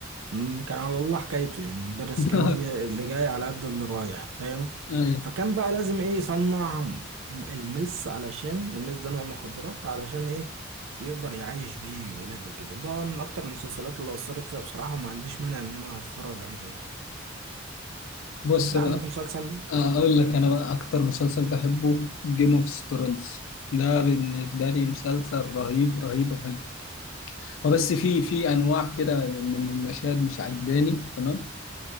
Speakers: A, on the right; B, on the left.
A: مم، كان على الله حكايته يعني مدرس
B: <laughs>
A: كيمياء اللي جاي على قد اللي رايح فاهم
B: أيوة.
A: فكان بقى لازم ايه يصنع المس علشان المس ده نوع مخدرات علشان ايه يقدر يعيش بيه ولاده كده ده من اكتر المسلسلات اللي اثرت فيها بصراحة وما عنديش مانع ان انا اتفرج عليه تاني
B: بص
A: انت
B: بقى
A: عندك مسلسل
B: أقول لك أنا بقى أكتر مسلسل بحبه جيم أوف ثرونز ده بالنسبة لي مسلسل رهيب رهيب رهيب هو بس في في أنواع كده من المشاهد مش عجباني تمام